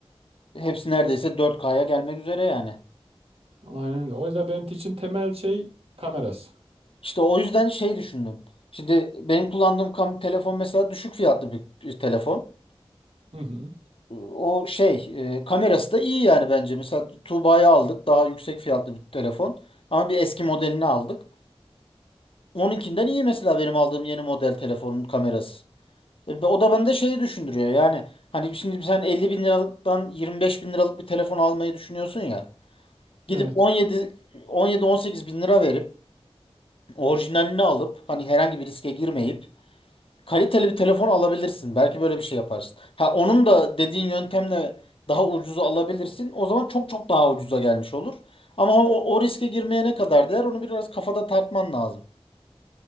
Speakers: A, on the left (about 65°); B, on the right (about 70°).
A: E, Hepsi neredeyse 4K'ya gelmek üzere yani.
B: Aynen öyle. O yüzden benim için temel şey kamerası.
A: İşte o yüzden şey düşündüm. Şimdi benim kullandığım kam- telefon mesela düşük fiyatlı bir bir telefon.
B: Hı hı.
A: O şey e, kamerası da iyi yani bence. Mesela Tuğba'yı aldık daha yüksek fiyatlı bir telefon. Ama bir eski modelini aldık. Onunkinden iyi mesela benim aldığım yeni model telefonun kamerası. E, o da bende şeyi düşündürüyor yani. Hani şimdi sen 50 bin liralıktan 25 bin liralık bir telefon almayı düşünüyorsun ya. Gidip
B: Evet.
A: 17 17-18 bin lira verip orijinalini alıp hani herhangi bir riske girmeyip Kaliteli bir telefon alabilirsin. Belki böyle bir şey yaparsın. Ha onun da dediğin yöntemle daha ucuza alabilirsin. O zaman çok çok daha ucuza gelmiş olur. Ama o, o riske girmeye ne kadar değer onu biraz kafada tartman lazım.